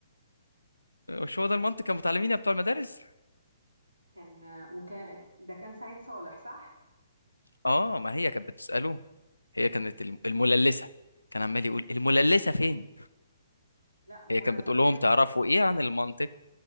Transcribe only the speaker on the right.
كان آه، وكان ده كان سعيد صالح صح؟
لا وانا
فاكره
له
برضو